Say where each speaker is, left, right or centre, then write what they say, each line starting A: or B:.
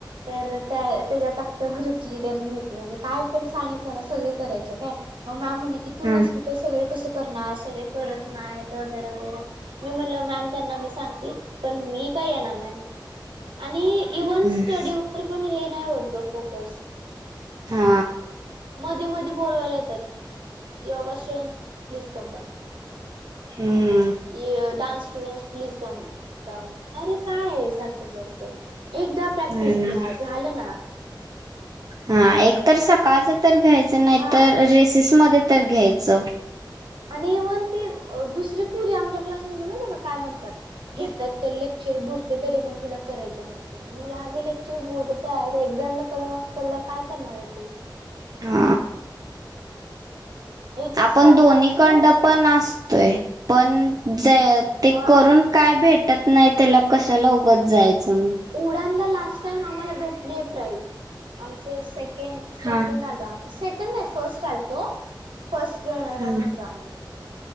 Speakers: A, on the right; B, on the right.
A: तर त्या त्याच्यात आता. ग्रुपची लिडर मी होती म्हणजे काय पण सांगितलं ना सगळे करायचे काय मग मॅम म्हणे की तू
B: हा
A: नस. सग कस करणार सगळे करत नाहीत वगैरे वगरे मी म्हण. मी सांग पण मी का येणार नाही म आणि इव्ह
B: हम्म
A: स. पण हे नाही होत गं फोकस.
B: हा.
A: मध्ये मध्ये बोलवायला येतात yoga students please come down.
B: हम्म.
A: यडान्स स्टूडं्स प्लीज कम. डन अरे काय आहे सारखं सारखं एकदा प्रॅक्टिस
B: हम्म
A: घ्या झालं ना
B: हा एक तर सकाळचं तर घ्यायचं नाही
A: हा
B: तर रेसिस मध्ये तर घ्यायचं
A: आणि इव्हन ते दुसरे पुरी आमच्या क्लासमध्ये माहितीये का काय म्हणतात. घेतात तर लेक्चर बुडते तरी पण तुला करायचं नसते मग मला अगं लेक. बुडतायत एक्झाम ला कमी मार्क्स पडला काय करणार आहे तूम्ही
B: हा
A: इथं
B: आपण
A: सग
B: दोन्ही
A: आमच्या
B: कंड पण असतोय पण ज ते
A: हा
B: करून काय भेटत नाही त्याला कशाला उगाच जायचं मग
A: उड लास्ट टाइम आम्हाला भेटली आहे प्राईज आमचे सेकंड सेकंड
B: हा
A: हो सेकड नाही फर्स्ट आलतो फर्ट रनर
B: हा.
A: अप होताम